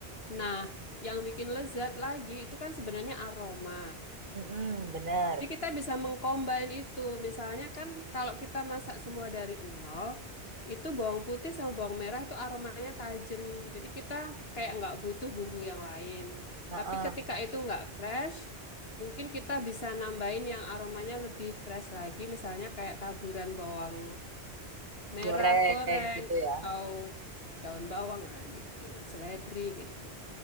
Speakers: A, on the left (about 65°); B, on the right (about 50°).
A: Nah, yang bikin lezat lagi itu kan sebenarnya aroma.
B: Mm-mm. Bener.
A: Jadi kita bisa mengcombine itu. Misalnya kan kalau kita masak semua dari nol, itu bawang putih sama bawang merah itu aromanya tajam. Jadi kita kayak nggak butuh bumbu yang lain.
B: Ha-ah.
A: Tapi ketika itu nggak fresh, mungkin kita bisa nambahin yang aromanya lebih fresh lagi. Misalnya kayak taburan bawang merah
B: Goreng
A: goreng
B: gitu
A: atau
B: ya?
A: daun bawang. Nah gitu, seledri gitu.